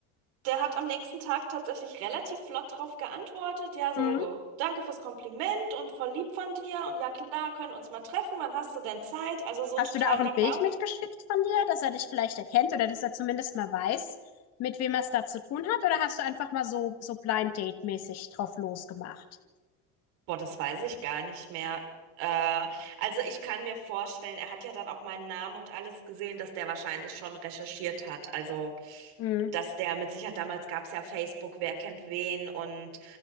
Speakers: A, on the right; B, on the left.
A: Der hat am nächsten Tag tatsächlich relativ flott drauf geantwortet. Ja, so,
B: Mhm.
A: ge- danke fürs Kompliment und voll lieb von dir. Und ja, klar, können uns mal treffen. Wann hast du denn Zeit? Also so
B: Hast
A: total
B: du da auch ein
A: locker.
B: Bild mitgeschickt von dir, dass er dich vielleicht erkennt oder dass er zumindest mal weiß, mit wem er es da zu tun hat? Oder hast du einfach mal so, so Blind Date-mäßig drauf losgemacht?
A: Boah, das weiß ich gar nicht mehr. Äh, also ich kann mir vorstellen, er hat ja dann auch meinen Namen und alles gesehen, dass der wahrscheinlich schon recherchiert hat. Also,
B: Mhm.
A: dass der mit Sicherheit, damals gab es ja Facebook, wer kennt wen und